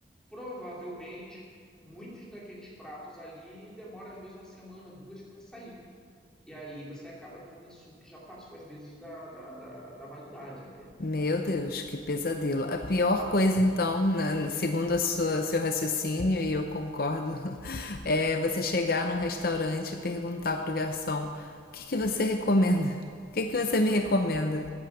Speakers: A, in the centre; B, on the left.
A: provavelmente muitos daqueles pratos ali demora às vezes uma semana, duas para sair. E aí você acaba tendo um insumo que já passou às vezes da, da, da, da validade até.
B: Meu
A: Né?
B: Deus, que pesadelo. A pior coisa,
A: É,
B: então, na- segundo a sua, seu raciocínio, e eu concordo, <laughs> é você chegar num restaurante e perguntar pro garçom: o que que você recomenda? O que que você me recomenda?